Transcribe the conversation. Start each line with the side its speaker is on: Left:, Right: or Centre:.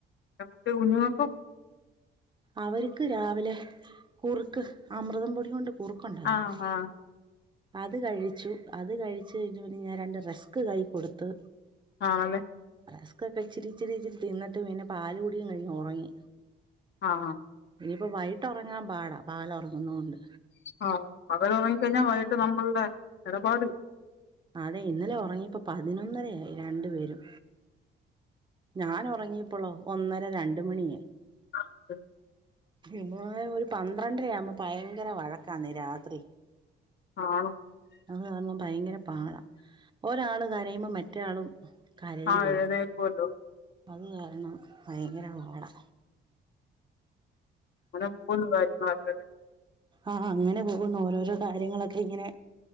Left: കുട്ടേ ഉണോക്കോ
Right: അവർക്ക് രാവിലെ കുറുക്ക് അമൃതം പൊടി കൊണ്ട് കുറുക്കുണ്ടാക്കിക്കൊടുത്തു
Left: ആ ആ
Right: അത് കഴിച്ചു അത് കഴിച്ചു കഴിഞ്ഞ് ഞാൻ രണ്ട് റെസ്ക് കൈ കൊടുത്ത്
Left: <unintelligible>
Right: റസ്ക് ഒക്കെ ഇച്ചിരിച്ചിരി ഇച്ചിരി തിന്നിട്ട് പിന്നെ പാല് കുടിയും കഴിഞ്ഞ് ഉറങ്ങി.
Left: ആഹ് ആഹ്
Right: ഇനിയിപ്പോ വൈകിട്ട് ഉറങ്ങാൻ പാടാ പകല് ഉറങ്ങുന്നൊണ്ട്.
Left: ആഹ് പകല് ഉറങ്ങിക്കഴിഞ്ഞാൽ വൈകിട്ട് നമ്മളുടെ ഇടപാട്.
Right: ആതെ ഇന്നലെ ഉറങ്ങിപ്പോ പതിനൊന്നരയായി രണ്ടു പേരും ഞാൻ ഉറങ്ങിയപ്പോളോ ഒന്നര രണ്ട് മണിയായി.
Left: <inaudible>
Right: ഇവിടെ ഒരു പന്ത്രണ്ടര ആവുമ്പോൾ ഭയങ്കര വഴക്കാണ് രാത്രി.
Left: ആഹ്
Right: അങ്ങനെ ആവുമ്പോൾ ഭയങ്കര പാടാ ഒരാള് കരയുമ്പോ മറ്റേ ആളും കരയുമല്ലോ
Left: ആ എഴുന്നേൽക്കുമല്ലോ
Right: അത് കാരണം ഭയങ്കര പാടാ
Left: ഇവിടെ എപ്പോഴും വയറ്റിന്നു പുകച്ചിലാ
Right: ആഹ് അങ്ങനെ പോകുന്നു ഓരോരോ കാര്യങ്ങളൊക്കെ ഇങ്ങനെ